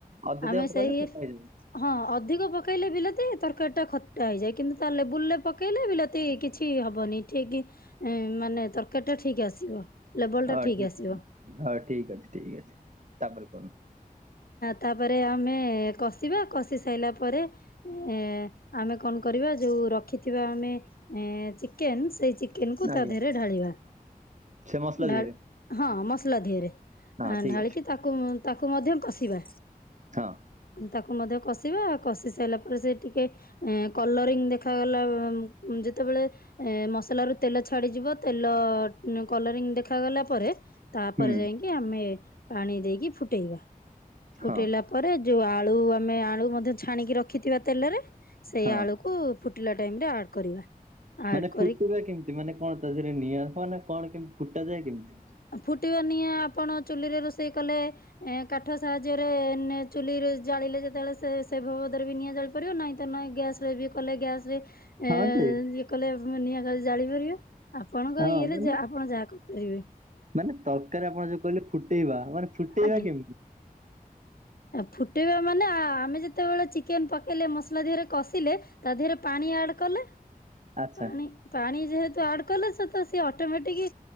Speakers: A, on the right; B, on the left.
A: ଅଦା
B: ଆମେ
A: ଟିକେ ପକେଇଲେ
B: ସେଇ
A: ଖଟା ହେଇଯାଏ
B: ହଁ ଅଧିକ ପକେଇଲେ ବିଲାତି ତରକାରୀ ଟା ଖ ଟା ହେଇଯାଏ। କିନ୍ତୁ ତା ଲେବୁଲେ ପକେଇଲେ ବିଲା ତି କିଛି ହବନି ଠିକ୍ ମାନେ ତରକାରୀ ଟା ଠିକ୍ ଆସିବ। ଲେବଲ
A: ହଁ
B: ଟା ଠିକ
A: ଠିକ୍
B: ଆସିବ।
A: ଅ ହଁ ଠିକ୍ ଅଛି ଠିକ୍ ଅଛି ତାପରେ କୁହନ୍ତୁ।
B: ତାପରେ ଆମେ କଷିବା କଷି ସାରିଲା ପରେ। ଏ ଆମେ କଣ କରିବା ଯୋଉ ରଖିଥିବା ଆମେ ଏ ଚିକେନ୍ ସେଇ ଚି କେନ କୁ ତା
A: ଆଜ୍ଞା
B: ଦେହରେ ଢାଳିବା।
A: ସେ ମସଲା
B: ଢା
A: ଦେହରେ
B: ହଁ ମସଲା ଧିଅରେ।
A: ହଁ
B: ଆ
A: ଠିକ୍
B: ଢାଳିକି
A: ଅଛି
B: ତାକୁ ତାକୁ ମଧ୍ୟ କଷିବା
A: ହଁ
B: ତାକୁ ମଧ୍ୟ କଷିବା କଷି ସାରିଲା ପରେ, ସେ ଟିକେ ଏ କଲରିଂ ଦେଖାଗଲା ବ ଯେତେବେଳେ ଏ ମସଲା ରୁ ତେଲ ଛାଡିଯିବ, ତେଲ କଲରିଂ ଦେଖାଗଲା ପରେ ତାପରେ
A: ହୁଁ
B: ଯାଇକି ଆମେ ପାଣି ଦେଇକି ଫୁଟେଇବା। ଫୁଟେଇଲା
A: ହଁ
B: ପରେ ଯୋଉ ଆଳୁ ଆମେ ଆଳୁ ମଧ୍ୟ ଛାଣିକି ରଖିଥିବା ତେଲରେ, ସେଇ
A: ହଁ
B: ଆଳୁକୁ ଫୁଟିଲା ଲା ଟାଇମ ରେ ଆଡ୍ କରିବା। ଆଡ୍
A: ମାନେ
B: କରିକି
A: ଫୁଟିବ କେମିତି, ମାନେ କଣ ତା ଦେହରେ ନିଆ ହ ନା କଣ କେମିତି ଫୁଟା ଯାଏ କେମିତି?
B: ଫୁଟିବ ନିଆଁ ଆପଣ ଚୁଲିରେ ରୋଷେଇ କଲେ, ଏ କାଠ ସାହାଯ୍ୟରେ ଚୁଲି ଜାଳିଲେ ଯେତେବେଳେ ସେ ସେ ଭବଦରେ ବି ନିଆଁ ଜାଳିପାରିବ। ନାହିଁ ତ ନଁ ଗ୍ୟାସେ ବି କଲେ ଗ୍ୟାସ୍ରେ ଏ
A: ହଁ ଯେ
B: ଇଏ କଲେ ନିଆଁ ଜାଳିପାରିବା। ଆପଣଙ୍କ
A: ହଁ
B: ଇଏରେ
A: ମାନେ
B: ଆ ଆପଣ ଯାହା କର ରିବେ।
A: ମାନେ ତରକାରୀ ଆପଣ ଯୋଉ କହିଲେ ଫୁଟେଇବା, ମାନେ ଫୁଟେଇବା
B: ଆଜ୍ଞା।
A: କେମିତି?
B: ଫୁଟେଇବା ମାନେ ଆମେ ଯେତେବେଳେ ଚିକେନ ପକେଇଲେ ମସଲା ଦିହରେ କଷିଲେ। ତା ଦେହରେ ପାଣି ଆଡ କଲେ
A: ଆଚ୍ଛା
B: ପାଣି ପାଣି ଯେହେତୁ ଆଡ୍ କଲେ ସେତ ସି ଅଟୋମେଟିକ